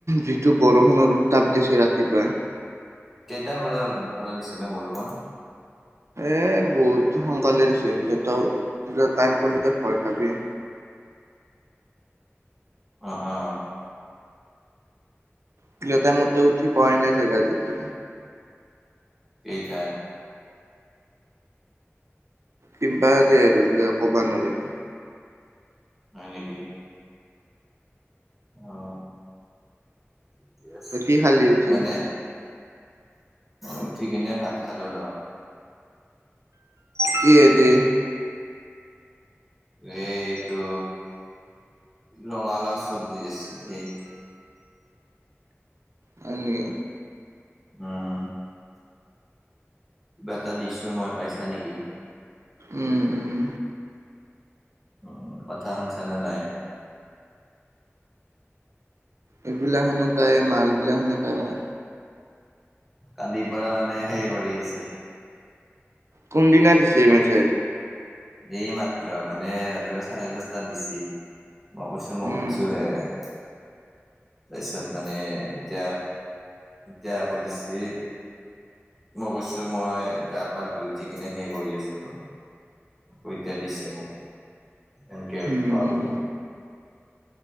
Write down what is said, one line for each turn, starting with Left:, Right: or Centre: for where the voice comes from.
Right: যিটো বৰষুণৰ উত্তাপ দিছে ৰাতিপুৱাই।
Centre: কেইটা বজাত পৰা দিছিলে বৰষুণ?
Right: এ বহুত সোনকালে দিছে সিহঁতৰ টাইম কলি ত ভয় খাবিয়ে।
Centre: অ অ।
Right: সেইটো টাইমত তই উঠি পৱাই নাই চাগে আজিলেকে।
Centre: কেই তাত?
Right: কিবাই আজি হলে ক'বা নোৱাৰি ত।
Centre: হয় নেকি। অ ঠিকে আছে।
Right: তই কি খালি উঠি
Centre: মানে উঠি কেনে ভাত খালো ৰ।
Right: কিহে দি?
Centre: এ এইটো ৰঙালাও চব্জি আছিল সে।
Right: হয় নিকি।
Centre: উম। কিবা এটা দিছো মই পাইছা নেকি?
Right: উম উম।
Centre: অ কথা শুনছা নে নাই?
Right: এইবিলাক হেনোকাই মালবিলাক সেনেকাই মই।
Centre: কালিৰ পৰা মানে হে কৰি আছে।
Right: কোনদিনা দিছে মেছেজ।
Centre: এই মাত্ৰ মানে ৰাতিপুৱা চাৰে দশটাত দিছি। মই কৈছো মহ
Right: উম
Centre: উৎসু হে। তাৰপিছত মানে এতিয়া এতিয়া আকৌ দিছি। মই কৈছো মই গা-পা ধুই উঠি কিনে সেই কৰি আছোঁ। ঐতে দিছে মোক এনেকে
Right: উম
Centre: কোৱা বুলি